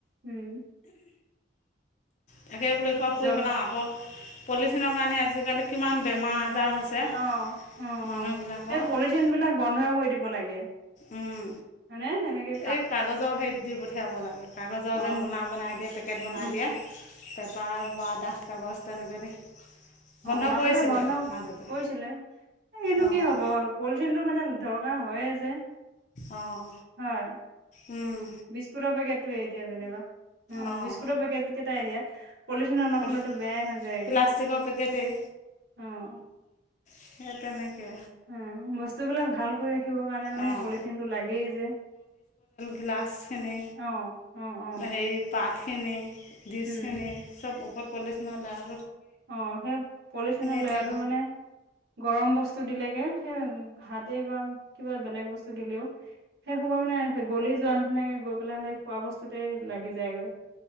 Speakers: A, on the right; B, on the left.
A: উম।
B: তাকে বোলো এই হোপা পুই
A: জল
B: পেলাওঁ আকৌ পলিথিনৰ কাৰণে আজিকালি কিমান বেমাৰ। আজাৰ হৈছে
A: অহ অহ
B: মানুহবিলাকৰ
A: এই পলিথিন বিলাক বন্ধই কৰি দিব লাগে।
B: উম।
A: হয়নে এনেকে
B: এই কাগজৰ সেই দি পঠিয়াব লাগে কাগজৰ
A: অ
B: যে মোনা বনাই দিয়ে পে। পেকেট বনাই
A: উম
B: দিয়ে পেপাৰ বা ডাঠ কাগজ তেনেকে দি। বন্ধ
A: অহ মাজতে
B: কৰিছিলে
A: বন্ধ
B: মাজতে
A: কৰিছিলে এইনো কিন্তু
B: অঁ
A: কি হব পলিথিন টো মানে। দৰকাৰ হয়ে যে।
B: অহ
A: হয়
B: উম।
A: বিস্কুটৰ পেকেটটো এ এতিয়া যেনিবা। উম
B: অঁ
A: বিস্কুটৰ পেকেট কেইটা এ দিয়া। পলিথিনৰ নথ'লেতো
B: পলি
A: বেয়াই হৈ যায়,
B: প্লাষ্টিকৰ পেকেটেই
A: অহ।
B: সেই তেনেকে।
A: উম, বস্তুবিলাক ভালকৈ ৰাখিবৰ কাৰণে মানে
B: অঁ
A: সেই পলিথিনটো লাগেই যে।
B: গিলাছ সেনে
A: অ অ অ
B: হেৰি পাত সেনে ডিছ
A: উম
B: সেনে চব ক'ত পলিথিন ওলায়।
A: অহ, সেই পলিচিন
B: এতিয়া
A: লেৰাটো মানে গৰম বস্তু দিলেগে, সেই ভাতে বা কিবা বেলেগ বস্তু দিলেওঁ। সেই শোপা মানে গলি যোৱা নিচিনাকে, গৈ পেলাই সেই খোৱা বস্তুতে লাগি যায়গৈ।